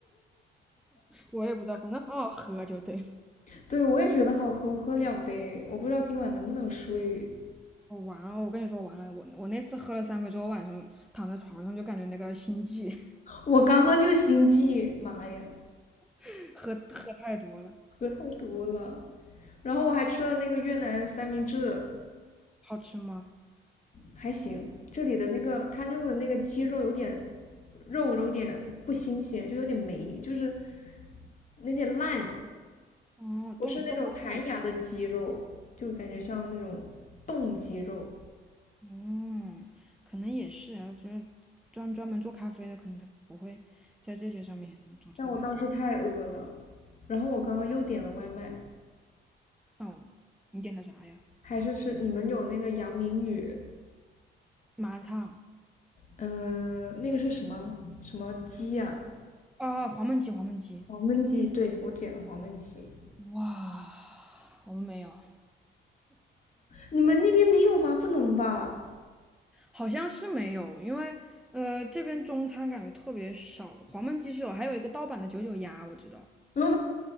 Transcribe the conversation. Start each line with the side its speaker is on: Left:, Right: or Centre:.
Centre: 我也不知道，反正很好喝就对了。
Left: <laughs> 对，我也觉得好喝，我喝两杯，我不知道今晚能不能睡。
Centre: 我完了，我跟你说完了，我我那次喝了三杯之后，晚上躺在床上就感觉那个心悸，
Left: 我刚刚就心悸，妈呀，
Centre: <laughs> 喝喝太多了。
Left: 喝太多了，然后我还吃了那个越南三明治，
Centre: 好吃吗？
Left: 还行。这里的那个他用的那个鸡肉有点肉有点不新鲜，就有点霉，就是有点烂，
Centre: 哦，
Left: 不是那种弹牙的鸡肉，
Centre: 冻东北酒，
Left: 就感觉像那种冻鸡肉。
Centre: 嗯，可能也是啊，就是专专门做咖啡的，可能他不会在这些上面做特别好。
Left: 但我当时太饿了，然后我刚刚又点了外卖，
Centre: 哦，你点的啥呀？
Left: 还是吃你们有那个杨明宇，
Centre: 麻辣烫
Left: 嗯、呃那个是什么什么鸡啊？
Centre: 啊，黄焖鸡，黄焖鸡。
Left: 黄焖鸡，对，我点了黄焖鸡。
Centre: 哇，我们没有，
Left: 你们那边没有吗？不能吧？
Centre: 好像是没有，因为呃这边中餐感觉特别少，黄焖鸡是有，还有一个盗版的九九鸭，我知道，
Left: <laughs> 那